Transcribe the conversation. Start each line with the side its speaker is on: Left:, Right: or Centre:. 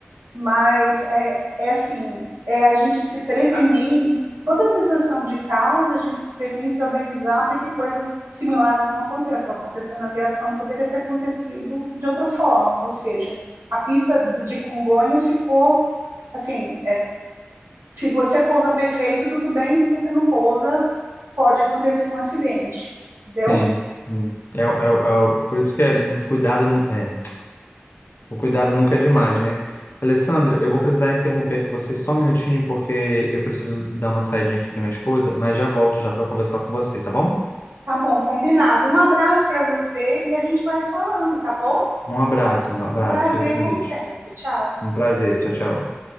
Right: mas é, é assim, é a gente se prevenir em toda situação de caos, a gente se prevenir e se organizar para que coisas similares não aconteçam. Aconteceu na aviação, poderia ter acontecido de outra forma, ou seja, a pista de Congonhas ficou assim, se você pousa perfeito, tudo bem, se você não pousa, pode acontecer um acidente, entendeu?
Left: Sim, sim. É, o- é, o- é o- por isso que é, o cuidado, nu- é, o cuidado nunca é demais, né? Alessandra, eu vou precisar interromper aqui você só um minutinho, porque eu preciso dar uma saidinha aqui para minha esposa, mas já volto já para conversar com você, tá bom?
Right: Tá bom, combinado. Um abraço para você e a gente vai se falando, tá bom?
Left: Um abraço, um abraço,
Right: Um prazer,
Left: fica com
Right: como
Left: Deus.
Right: sempre. Tchau.
Left: Um prazer, tchau, tchau.